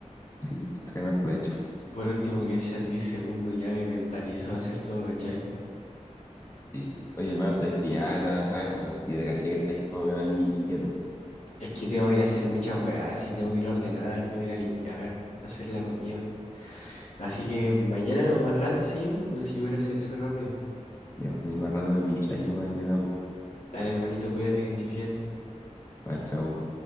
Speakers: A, on the left; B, on the left.
A: Sí, saca más provecho.
B: Por último, que sean diez segundos, ya me mentalizo a hacer todo, ¿cachai?
A: Sí. Oye, hermano, sabes que ya te voy a dejar, pues, si te caché que estáis como medio ahí inquieto.
B: Es que tengo que ir a hacer muchas weas, y tengo que ir a ordenar, tengo que ir a limpiar, hacer la comida. Así que mañana o más rato, sí, pues si voy a ir a hacer eso rápido.
A: Ya, ahí más rato me pincháis nomás y le damos.
B: Dale, hermanito, cuídate que estés bien.
A: Vale, chao.